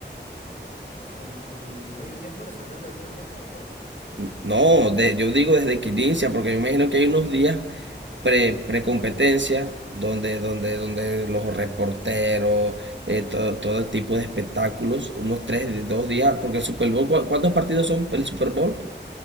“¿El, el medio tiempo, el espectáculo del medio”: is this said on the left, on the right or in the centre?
Left